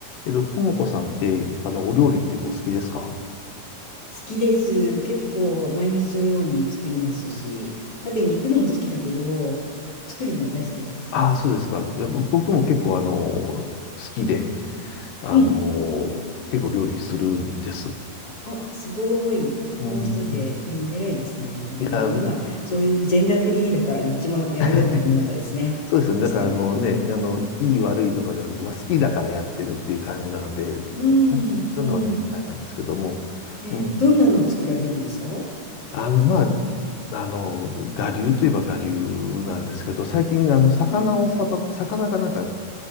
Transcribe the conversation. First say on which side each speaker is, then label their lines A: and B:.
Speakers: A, on the left; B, on the left.
A: えっと、ともこさんって、あの、お料理ってお好きですか
B: 好きです。結構毎日のように作りますし、食べに行くのも好きだけど、作るの大好きです。
A: ああ、そうですか。いや、ぼ僕も結構、あの、好きで、あの、
B: うん。
A: 結構料理するんです。
B: あ、すごい。男の人で、
A: うん。
B: うん、偉いですね。あ、
A: いや、
B: まあでも今、そういうジェンダーフリーだから、どっちもやるような世の中ですね。
A: <laughs> そうですよね。
B: 確かに。
A: だから、あのね、あの、いい悪いとかじゃなくて、まあ、好きだからやってるっていう感じなので、う
B: うん、
A: んそういうのはね、
B: うん。
A: あれなんですけども、
B: えーどんなのを作られるんですか
A: うあの、まあ、あの、我流といえば我流なんですけど、最近、あの、魚をさば、
B: うん。
A: 魚がなんか、ん